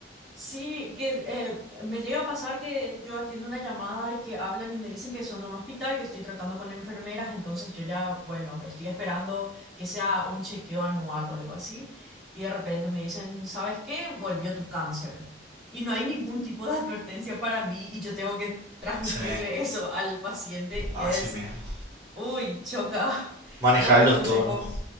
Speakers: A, in the centre; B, on the right (about 20°).
A: Sí, que eh, me llega a pasar que yo atiendo una llamada y que hablan y me dicen que son de un hospital, que estoy tratando con enfermeras, entonces yo ya, bueno, estoy esperando que sea un chequeo anual o algo así, y de repente me dicen, ¿sabes qué? Volvió tu cáncer. Y no hay ningún tipo de advertencia para mí y yo tengo que transmitirle
B: Sí,
A: eso al paciente y
B: así
A: es
B: mismo.
A: Uy, choca.
B: manejar
A: ¿Vos qué
B: los
A: consejo?
B: tonos.